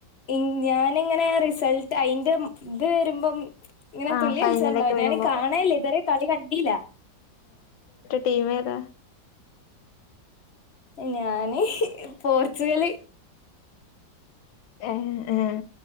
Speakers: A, on the left; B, on the left.
A: ഇങ്ങ് ഞാനിങ്ങ ന്നേ റിസൾട്ടയിന്റെ ഉം ത് വരുമ്പം ഉം ഇങ്ങനെ
B: ആഹ്
A: തുള്ളി
B: ഫൈനലൊക്കെ
A: കൾച്ചാണ്ടാവും.
B: വരുമ്പോ
A: ഞാന് കാണേല്ല ഇത് വരെ കളികണ്ടീല്ല.
B: ടീമേതാ
A: ഞാന് പോർച്ചുഗല്
B: ഏഹ് ആഹ്